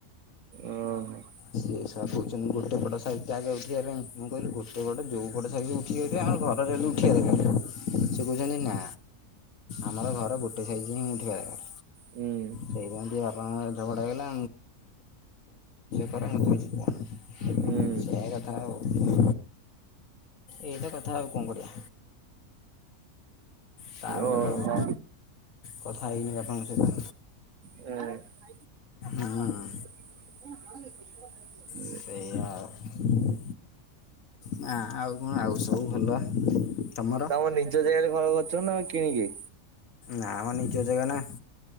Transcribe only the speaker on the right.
ଓହୋ।
ହୁଁ
ହୁଁ
ଓହୋ।
ହୁଁ
<unintelligible>
ତମ ନିଜ ଜାଗାରେ ଘର କରିଚ ନା ଆଉ କିଣିକି?